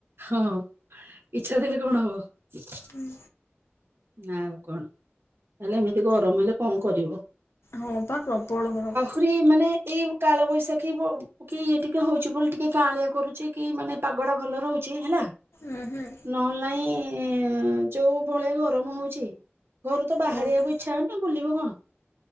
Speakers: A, on the right; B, on the left.
A: ହଁ। ଇଚ୍ଛା ଥିଲେ କଣ ହବ।
B: ହୁଁ।
A: ନା ଆଉ କଣ, ତାହେଲେ ଏମିତି ଗରମ ହେଲେ କଁ କରିବ।
B: ହଁ ପା ପ୍ରବଳ ଗରମ।
A: ପୁରି ମାନେ ଏଇ କାଳବୈଶାଖୀ ବୋ କି ଇଏ ଟିକେ ହଉଚି ବୋଲି ଟିକେ କାଁଳିଆ କରୁଚି କି ମାନେ ପାଗ ଟା ଭଲ ରହୁଚି ହେଲା।
B: ଉଁ ହୁଁ।
A: ନହେଲେ ନାଇଁ ଯୋଉ ଭଳିଆ ଗରମ ହଉଚି। ଘରୁ ତ ବାହାରିଆକୁ
B: ହଁ ପା
A: ଇଚ୍ଛା ହଉନି ବୁଲିବ କଣ।